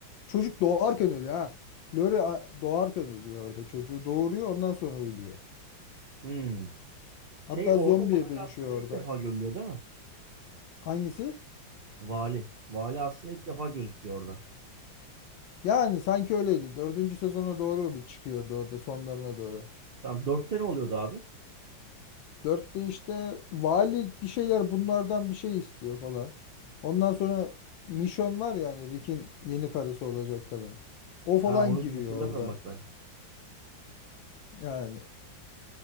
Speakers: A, on the left; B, on the right.
A: Çocuk doğarken ölüyor ha. Lori a- doğarken ölüyor orada. Çocuğu doğuruyor ondan sonra ölüyor.
B: Hmm.
A: Hatta
B: Şey orada
A: zombiye
B: bu hali
A: dönüşüyor
B: aslında ilk
A: orada.
B: defa görülüyor değil mi?
A: Hangisi?
B: Vali. Vali aslında ilk defa gözüküyor orada.
A: Yani sanki öyleydi. Dördüncü sezona doğru bir çıkıyordu o da sonlarına doğru.
B: Tamam dörtte ne oluyordu abi?
A: Dörtte işte vali bir şeyler bunlardan bir şey istiyor falan. Ondan sonra Mission var yani Rick'in yeni karısı olacak kadın. O falan
B: Ha onu
A: giriyor
B: hatırlamıyorum
A: orada.
B: bak ben.
A: Yani